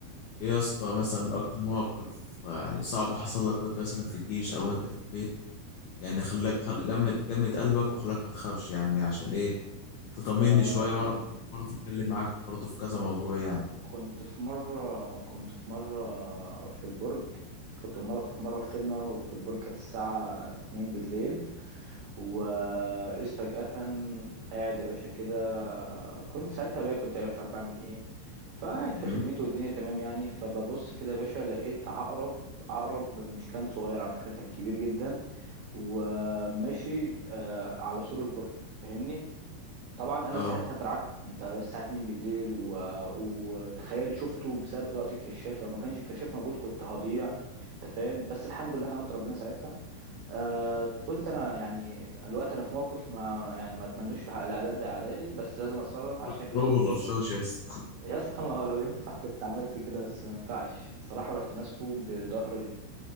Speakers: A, on the left (about 80°); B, on the right (about 80°).
A: ايه يا اسطى مثلا اكتر موقف آه، يعني صعب حصل لك وانت مثلا في الجيش او انت في البيت يعني خلاك خل... جمد جمد قلبك وخلاك ما تخافش يعني عشان ايه تطمني
B: آه
A: شويه واعرف اعرف اتكلم معاك برضه في كذا موضوع يعني
B: كنت في مرة كنت في مرة في البرج كنت في مرة في مرة في خدمة وفي البرج كانت الساعة اتنين بالليل وإذ فجأة قاعد يا باشا كده كنت ساعتها باكل تقريبا مش عارف بعمل ايه فقاعد في
A: امم
B: خدمته والدنيا تمام يعني فببص كده يا باشا لقيت عقرب عقرب مش كان صغير على فكرة كان كبير جدا وماشي آه، على سور البرج فاهمني طبعا انا
A: اه
B: ساعتها اترعبت انت الساعه 2 بالليل و... وتخيل شفته بسبب اضاءه الكشاف لو ما كانش الكشاف موجود كنت هضيع انت فاهم بس الحمد لله حمدت ربنا ساعتها آه... قلت انا يعني الوقت انا في موقف ما يعني ما اتمنوش لح- لألد اعدائي بس لازم اتصرف عشان
A: كنت بدور
B: لو <laughs>
A: رشاش يا اسطى
B: يا اسطى ما هو لو ينفع كنت عملت كده بس ما ينفعش الصراحه رحت ماسكه بظهر